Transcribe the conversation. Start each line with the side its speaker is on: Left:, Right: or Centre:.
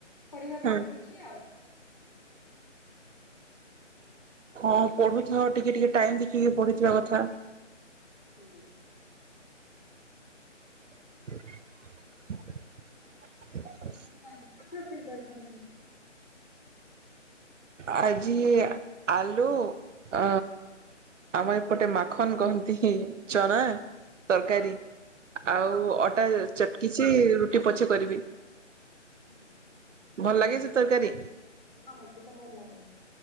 Left: ପଢିବାକୁ
Right: ହଁ
Left: ପଡୁଛି ଆଉ।
Right: ହଁ ପଢୁଥାଅ ଟିକେ ଟିକେ ଟାଇମ ଦେଖିକ ପଢିଥିବା କଥା
Left: ହୁଁ।
Right: <inaudible> <inaudible>
Left: ଆଉ ଆଉ ଆଜି କଣ ରୋଷେଇ କରିଛନ୍ତି?
Right: ଆଜି ଆଲୁ ଅ ଆମର ଏପଟେ ମାଖନ କହନ୍ତି ଚଣା ତରକାରୀ
Left: ହଁ।
Right: ଆଉ
Left: ହଁ
Right: ଅଟା ଚଟ ଛି ରୁଟି ପଛେ କରିବି।
Left: ହଁ
Right: ଭଲ ଲାଗେ ସେ ତରକାରୀ
Left: ହଁ ମତେ ତ ଭଲ ଲାଗେ